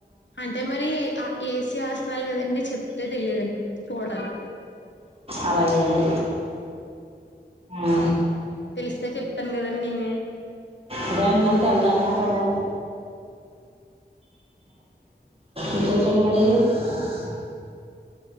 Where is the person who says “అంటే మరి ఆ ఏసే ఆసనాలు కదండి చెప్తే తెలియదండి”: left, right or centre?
Left